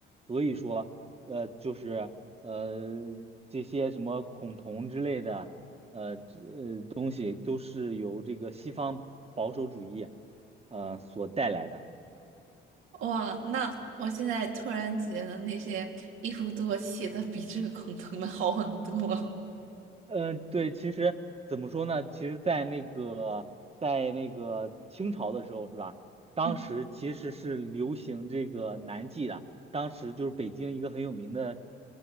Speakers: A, on the right; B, on the right.
A: 所以说，呃，就是呃这些什么孔同之类的，呃，这呃东西都是由这个西方保守主义，呃所带来的。
B: 哇，那我现在突然觉得那些一夫多妻的比这个恐同的好很多了。
A: 嗯，对，其实怎么说呢？其实，在那个在那个清朝的时候，是吧？当时其实是流行这个南记的，
B: 嗯
A: 当时就是北京一个很有名的、